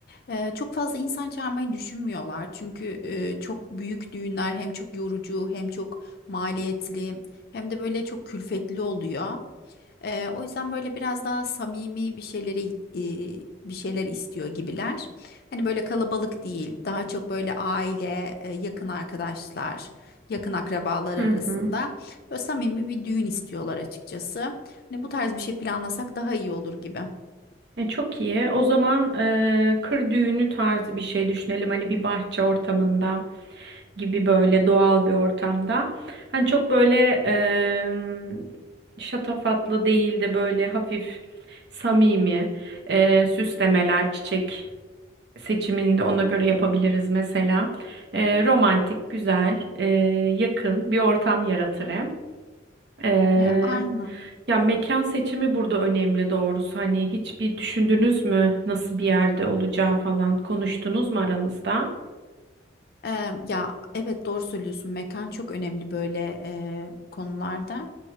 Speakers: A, on the left (about 50°); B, on the right (about 60°).
A: E, çok fazla insan çağırmayı düşünmüyorlar. Çünkü e, çok büyük düğünler hem çok yorucu hem çok maliyetli hem de böyle çok külfetli oluyor. Ee, o yüzden böyle biraz daha samimi bir şeyleri e, bir şeyler istiyor gibiler. Hani böyle kalabalık değil, daha çok böyle aile, e, yakın arkadaşlar, yakın akrabalar arasında
B: Hı hı.
A: böyle samimi bir düğün istiyorlar açıkçası. Hani bu tarz bir şey planlasak daha iyi olur gibi.
B: E, çok iyi. O zaman e, kır düğünü tarzı bir şey düşünelim. Hani bir bahçe ortamında gibi böyle doğal bir ortamda. Hani çok böyle e, şatafatlı değil de böyle hafif samimi e, süslemeler, çiçek seçimini de ona göre yapabiliriz mesela. E, romantik, güzel, e, yakın bir ortam yaratır hem. E,
A: Ee, aynen.
B: ya mekan seçimi burada önemli doğrusu. Hani hiç bir düşündünüz mü nasıl bir yerde olacağı falan konuştunuz mu aranızda?
A: Eee, ya evet doğru söylüyorsun. Mekan çok önemli böyle eee, konularda.